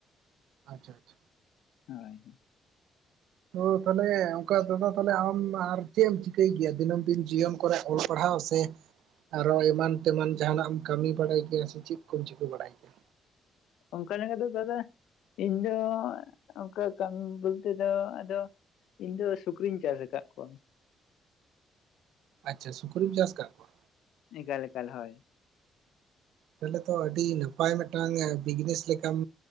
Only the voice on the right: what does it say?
ᱟᱪᱷᱟ ᱟᱪᱷᱟ ᱾
ᱛᱚ ᱛᱟᱦᱚᱞᱮ ᱚᱱᱠᱟ ᱫᱟᱫᱟ ᱛᱟᱞᱦᱮ ᱟᱢ ᱟᱨ ᱪᱮᱫ ᱮᱢ ᱪᱤᱠᱟᱹᱭ ᱜᱮᱭᱟ ᱫᱤᱱᱟᱹᱢ ᱫᱤᱱ ᱡᱤᱭᱚᱱ ᱠᱚᱨᱮ ᱚᱞ ᱯᱟᱲᱦᱟᱣ ᱥᱮ ᱟᱨᱚ ᱮᱢᱟᱱ ᱛᱮᱢᱟᱱ ᱡᱟᱦᱟᱱᱟᱜ ᱮᱢ ᱠᱟᱹᱢᱤ ᱵᱟᱲᱟᱭ ᱠᱮᱭᱟ ᱥᱮ ᱪᱮᱫ ᱠᱚᱢ ᱪᱤᱠᱟᱹ ᱵᱟᱲᱟᱭ ᱠᱮᱭᱟ?
ᱟᱪᱷᱟ ᱥᱩᱠᱨᱤᱢ ᱪᱟᱥ ᱟᱠᱟᱫ ᱠᱚᱣᱟ?
ᱛᱟᱦᱚᱞᱮ ᱛᱚ ᱟᱹᱰᱤ ᱱᱟᱯᱟᱭ ᱢᱤᱫᱴᱟᱝ ᱵᱤᱡᱽᱱᱮᱥ ᱞᱮᱠᱟᱢ